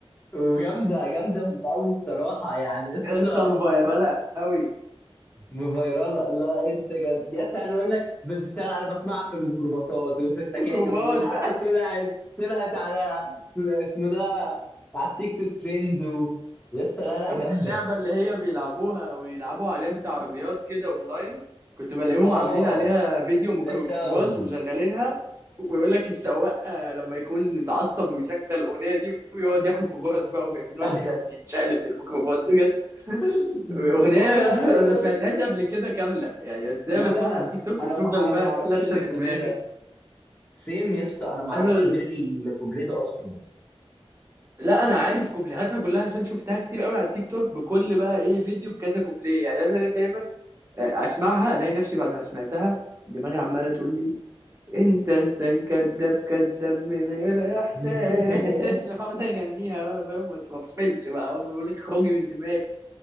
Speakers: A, on the left; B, on the right.
A: وجامده جامده قوي الصراحه يعني يا اسطى
B: يا اسطى مفيراله قوي
A: مفيراله لا انت جد يا اسطى عايز اقول لك بتشتغل انا بسمعها في الميكروباصات وفي التكاتك
B: كوماس
A: وحتى طلعت طلعت على اسمه ده على التيك توك ترند و... يا اسطى لا لا
B: شفت
A: جامده
B: اللعبة اللي هي بيلعبوها ويلعبوا عليها بتاع عربيات كده اونلاين كنت بلاقيهم
A: اه
B: عاملين عليها فيديو ميكروباص
A: الساوند
B: وشغالينها ويقول لك السواق آه، لما يكون متعصب ويشغل الأغنية دي ويقعد ياخد في غرز بقى وجايبين
A: <laughs>
B: واحد بقى بيتشقلب بالميكروباص كده
A: <laughs>
B: أغنية
A: والله
B: بس
A: ايوه
B: أنا ما سمعتهاش
A: يا اسطى
B: قبل كده كاملة يعني ازاي
A: ولا
B: بسمعها
A: انا
B: على التيك توك
A: انا
B: وبتفضل
A: ما انا
B: بقى
A: ما اعرفش
B: لابسة
A: غير الكوبليه
B: في دماغي
A: ده سيم يا اسطى انا ما اعرفش
B: أنا-
A: غير الكوبليه ده اصلا
B: لا انا عارف كوبليهاتها كلها عشان شفتها كتير قوي على التيك توك بكل بقى ايه فيديو بكذا كوبليه يعني مثلا دايما اسمعها الاقي نفسي بعد ما سمعتها دماغي عماله تقول لي انت انسان كذاب كذاب من غير احساس
A: <laughs>
B: <laughs> واقعد اغنيها بقى فاهم ما تفصلش بقى أقعد اقول لك خرجي من دماغي